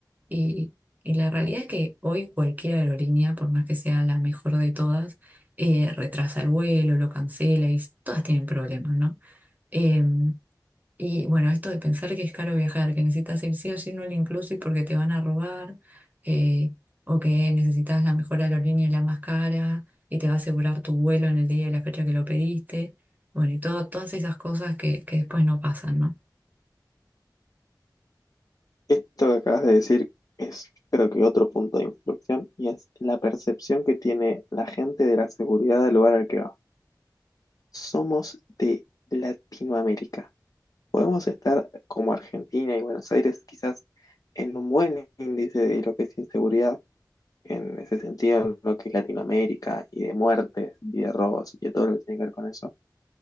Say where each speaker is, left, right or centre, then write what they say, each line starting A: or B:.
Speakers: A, on the right; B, on the left.
A: Y, y la realidad es que hoy cualquier aerolínea, por más que sea la mejor de todas, eh, retrasa el vuelo, lo cancela y s- todas tienen problemas, ¿no? Em, y bueno, esto de pensar que es caro viajar, que necesitas ir sí o sí no lo inclusive porque te van a robar, eh, o que necesitas la mejor aerolínea y la más cara, y te va a asegurar tu vuelo en el día y la fecha que lo pediste. Bueno, y todo, todas esas cosas que, que después no pasan, ¿no?
B: Esto que acabas de decir es creo que otro punto de inflexión y es la percepción que tiene la gente de la seguridad del lugar al que va. Somos de Latinoamérica. Podemos estar como Argentina y Buenos Aires quizás en un buen índice de lo que es inseguridad, en ese sentido, en lo que es Latinoamérica, y de muertes, y de robos, y de todo lo que tiene que ver con eso.